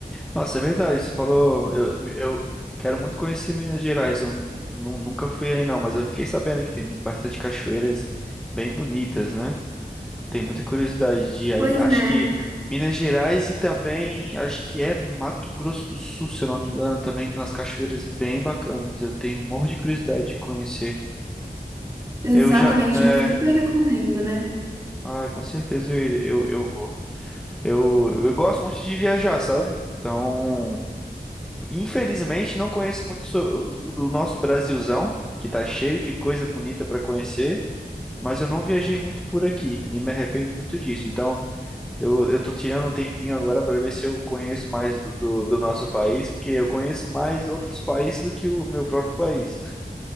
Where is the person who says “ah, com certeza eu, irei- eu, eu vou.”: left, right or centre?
Centre